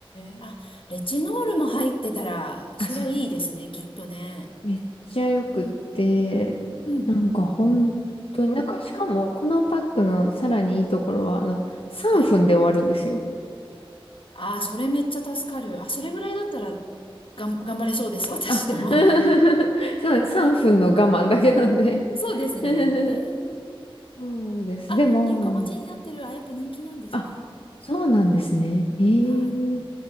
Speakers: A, on the left; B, on the left.
A: え。あ、レチノールも入ってたら、そりゃいいですね、
B: あ、そうです。
A: きっとね。
B: めっちゃよくって、
A: うん。うんうんうんうん。
B: なんか本当に、なんかしかもこのパックのさらにいいところは、あの、3分で終わるんですよ。
A: はい。ああ、それめっちゃ助かる。あ、それぐらいだったら、がん、頑張れそうです。<laughs> 私でも。
B: あ、<laughs> そうなんです、3分の我慢だけなんで
A: <laughs> そうですね。
B: <laughs>
A: へえ。
B: そうです。
A: あ、
B: でも、
A: 入荷待ちになってる。あ、やっぱ人気なんですね。
B: あ、そうなんですね。ええ
A: はい。